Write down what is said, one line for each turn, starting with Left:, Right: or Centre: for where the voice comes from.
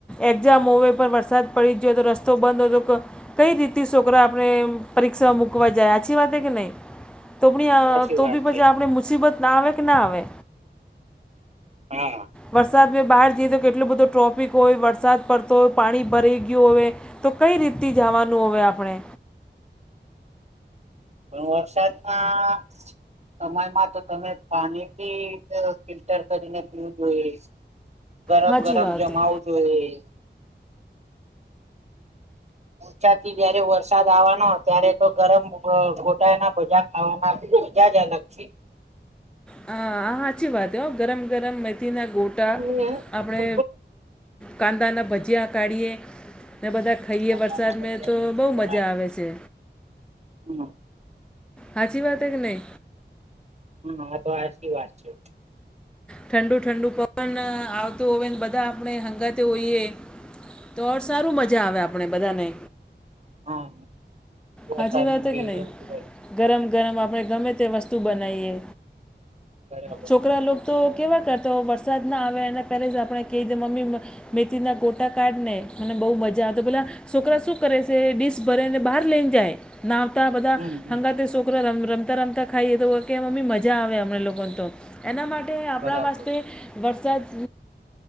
Centre: એક્ઝામ હોવે પર વરસાદ પડી જયો તો રસ્તો બંધ હતો તો કઈ રીતે સોકરા આપણે પરીક્ષામાં મુકવા જા, હાચી વાત હે કે નઈ તોબદી આ
Right: સાચી
Centre: તો
Right: વાત
Centre: બી પછી
Right: છે
Centre: આપણે મુસીબત ના આવે કે ના આવે.
Right: હા
Centre: વરસાદ મે બહાર જઈએ તો કેટલો બધો ટ્રોફિક હોય, વરસાદ પડતો હોય પાણી ભરાઈ ગયું હોવે. તો કઈ રીત થી જવાનું હવે આપણે?
Right: વરસાદમાં સમયમાં તો તમે પાની પી, તે ફિલ્ટર કરીને પીવું જોઈએ. ગરમ-ગરમ
Centre: સાચી વાત
Right: જમાંવું
Centre: હે
Right: જોઈએ. છત થી ત્યારે વરસાદ આવાનો, ત્યારે તો ગરમ અ ખોટા એના ભજ્યા ખાવાના મજા જ અલગ છે.
Centre: હ.. હા, હાચી વાત હ, ગરમ-ગરમ મેથીના ગોટ ટા
Right: કાકાના
Centre: આપણે
Right: ભજીયા
Centre: કાંદાના ભજીયા કાઢીએ. ને બધા ખાઈએ
Right: બી મસ્ત
Centre: વરસાદ મે તો બોવ મજા
Right: લાગે.
Centre: આવે
Right: હમ
Centre: છે.
Right: <unintelligible>
Centre: હાચી વાત હે કે નઈ
Right: હા-હા, તો હાચી વાત છે.
Centre: ઠંડુ-ઠંડુ પવન આવતું હોવે ને, બધા આપણે હંગાતે હોઈએ તો ઓર સારું મજા આવે આપણે બધાને
Right: હા વરસાદના
Centre: હાજી વાત હે
Right: દિવસ
Centre: કે નઈ
Right: દિવસ
Centre: ગરમ-ગરમ આપણે ગમે તે વસ્તુ બનાઇએ,
Right: બરાબર
Centre: છોકરા લોકો તો કેવા કરતો વરસાદ ના આવે એને પેલે જ આપણે કઇ દે, મમ્મી મન તો મેથીના ગોટા કાઢ ને, મને બઉ મજા આવ તો પેલા છોકરા શું કરે સે ડીશ ભરેને બહાર લઈને જાય, ના આવતા બધા
Right: હમ હમ
Centre: હંગાતે સો કોરા રમ, રમતા-રમતા ખાઈએ તો કે મમ્મી મજા આવે અમને લોકોને તો, એના માટ તે આપડા
Right: બરાબર
Centre: વાસ્તે વરસાત,